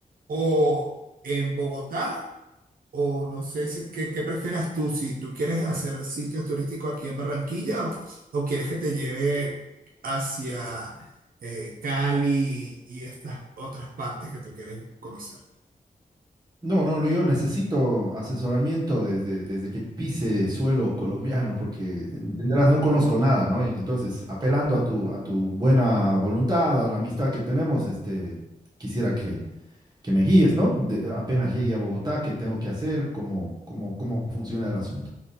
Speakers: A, on the right; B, on the right.
A: o en Bogotá o no sé si, ¿qué, qué prefieras tú? Si tú quieres hacer sitios turísticos aquí en Barranquilla o, o quieres que te lleve hacia eh, Cali y estas otras partes que tú quieres conocer.
B: No, no, no, yo necesito asesoramiento desde, desde que pise suelo colombiano, porque entenderás, no conozco nada, ¿no? Y entonces, apelando a tu, a tu buena voluntad, a la amistad que tenemos, este, quisiera que, que me guíes, ¿no? De- apenas llegue a Bogotá, ¿qué tengo que hacer? ¿Cómo, cómo, cómo funciona el asunto?